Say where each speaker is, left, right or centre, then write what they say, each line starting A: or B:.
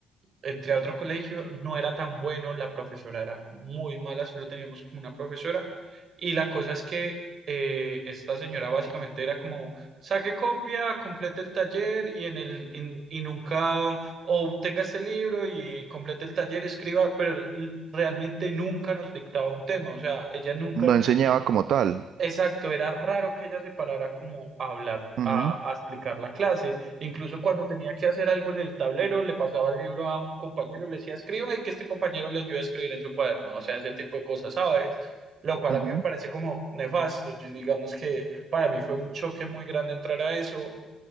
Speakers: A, on the right (about 50°); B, on the right (about 70°).
A: entre a otro colegio, no era tan bueno, la profesora era muy mala, solo teníamos como una profesora. Y la cosa es que eh, esta señora básicamente era como, saque copia, complete el taller y, en el, en- y nunca obtenga este libro y complete el taller, escriba, pero l- realmente nunca nos dictaba un tema, o sea, ella nunca
B: No enseñaba como tal.
A: Exacto, era raro que ella se parara como a hablar,
B: Ujú,
A: a, a explicar la clase. Incluso cuando tenía que hacer algo en el tablero, le pasaba el libro a un compañero y le decía, escriba y que este compañero le ayude a escribir en su cuaderno. O sea, ese tipo de cosas, ¿sabes? Lo cual
B: ujú.
A: a mí me parece como nefasto. Yo- digamos que para mí fue un choque muy grande entrar a eso